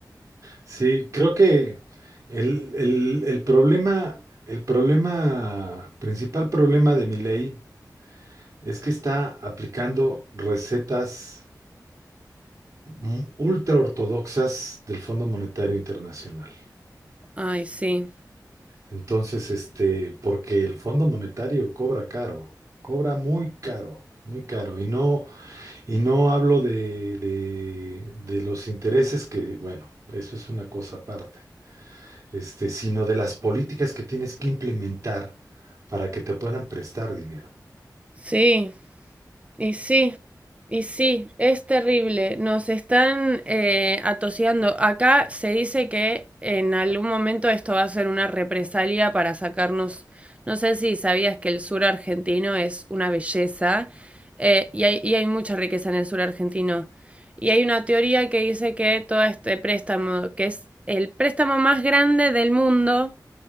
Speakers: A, on the right; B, on the right.
A: sí, creo que el, el- el problema, el problema, principal problema de mi ley Es que está aplicando recetas mm, ultra ortodoxas del Fondo Monetario Internacional.
B: Ay, sí.
A: Entonces, este, porque el Fondo Monetario cobra caro, cobra muy caro, muy caro. Y no, y no hablo de, de, de los intereses que, bueno, eso es una cosa aparte, este, sino de las políticas que tienes que implementar para que te puedan prestar dinero.
B: Sí, y sí. Y sí, es terrible. Nos están eh, atoseando. Acá se dice que en algún momento esto va a ser una represalia para sacarnos. No sé si sabías que el sur argentino es una belleza eh, y hay, y hay mucha riqueza en el sur argentino. Y hay una teoría que dice que todo este préstamo, que es el préstamo más grande del mundo,